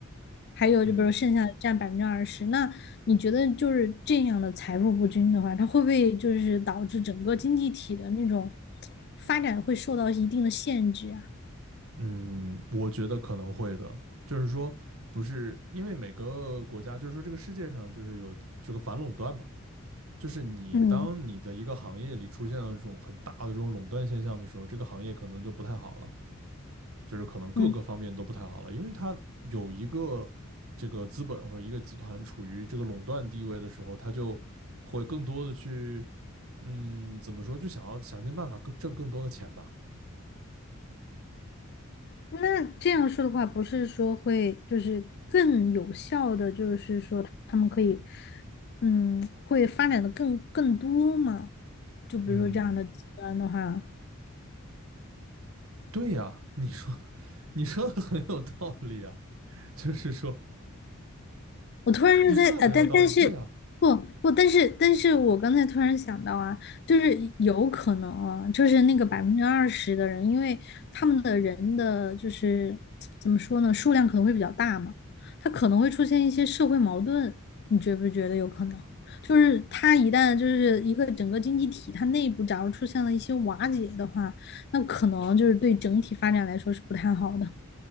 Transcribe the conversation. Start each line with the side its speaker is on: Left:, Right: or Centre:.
Left: 还有就比如剩下的占百分之二十。
Right: 嗯
Left: 那你觉得就是这样的财富不均的话，它会不会就是导致整个经济体的那种发展会受到一定的限制啊？
Right: 嗯，我觉得可能会的，就是说，不是因为每个国家，就是说这个世界上就是有这个反垄断嘛，就是你当你的一个行业里出现了这种很大的这种垄断现象的时候，
Left: 嗯
Right: 这个行业可能就不太好了，就是可能各个方面都不太好了，
Left: 嗯，
Right: 因为它有一个这个资本或者一个集团处于这个垄断地位的时候，它就会更多的去，嗯，怎么说，就想要想尽办法更挣更多的钱吧，
Left: 那这样说的话，不是说会就是更有效的，就是说他们可以，嗯，会发展的更更多吗？就比如说这样的极端的话，
Right: 嗯。对呀，你说你说的很有道理啊，就是说
Left: 我突然就在呃，
Right: 你说的很有道理，
Left: 但但是
Right: 对啊，
Left: 不不，但是但是我刚才突然想到啊，就是有可能啊，就是那个百分之二十的人，因为他们的人的就是怎么说呢，数量可能会比较大嘛，他可能会出现一些社会矛盾，你觉不觉得有可能？就是他一旦就是一个整个经济体，它内部假如出现了一些瓦解的话，那可能就是对整体发展来说是不太好的。